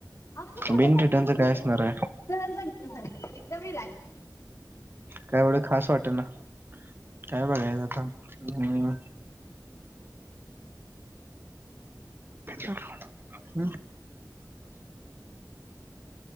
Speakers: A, on the left (about 45°); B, on the right (about 30°).
A: असं सगळंच
B: बिन रिटर्नच
A: नसत
B: काय
A: इकड
B: असणार
A: बघा
B: आहे
A: सहज बघि तुझ्यासारखी एकदम रिलॅक्स.
B: काय एवढ खास वाटना. काय बघायच आता? हम्म. <unintelligible> <unintelligible>